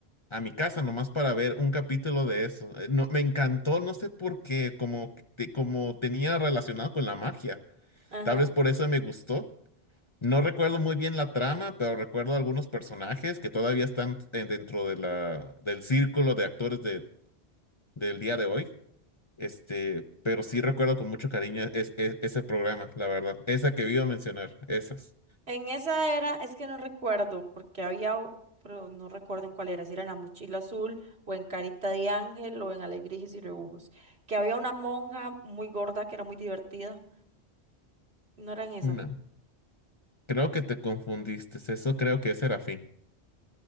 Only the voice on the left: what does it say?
a mi casa nomás para ver un capítulo de eso. Eh, No, me encantó, no sé por qué, como, te- como tenía relacionado con la magia.
Tal vez por eso me gustó. No recuerdo muy bien la trama, pero recuerdo algunos personajes que todavía están eh, dentro de la, del círculo de actores de, del día de hoy. Este, pero sí recuerdo con mucho cariño es, es- ese programa, la verdad. Esa que iba a mencionar, esas.
Una. Creo que te confundiste. Eso creo que es Serafín.